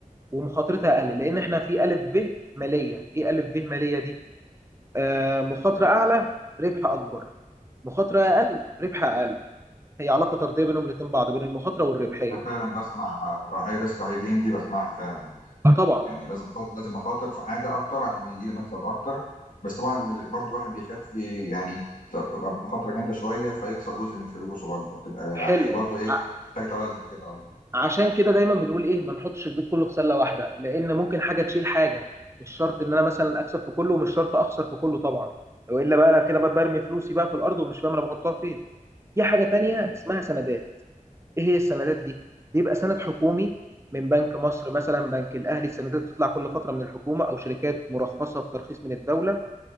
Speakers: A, on the right; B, on the left.
A: ومخاطرتها اقل لان احنا في الف ب ماليه ايه الف ب ماليه دي آه، مخاطرة أعلى ربح أكبر مخاطرة أقل ربح أقل هي علاقة طردية بينهم الاتنين بعض بين المخاطرة والربحية
B: انا فعلا بسمع آه، بتاع هاي ريسك هاي جين دي بسمعها فعلا
A: آه طبعا
B: يعني لازم أخاطر لازم اخاطر في حاجه اكتر عشان يجي لي مكسب اكتر بس طبعا ال- برضو الواحد بيخاف ي- يعني لو يبقى مخاطره جامده شويه فيخسر جزء من فلوسه برضه فبتبقى يعني
A: حلو
B: هي برضه ايه
A: ع-
B: محتاجه توازن كده اه
A: عشان كده دايما بنقول إيه ما نحطش البيت كله في سلة واحدة لأن ممكن حاجة تشيل حاجة مش شرط إن أنا مثلا أكسب في كله ومش شرط أخسر في كله طبعا وإلا بقى أنا كده بقى برمي فلوسي بقى في الأرض ومش فاهم أنا بحطها فين في حاجة تانية
B: مم.
A: اسمها سندات ايه هي السندات دي بيبقى سند حكومي من بنك مصر مثلا بنك الاهلي السندات بتطلع كل فتره من الحكومه او شركات مرخصه بترخيص من الدوله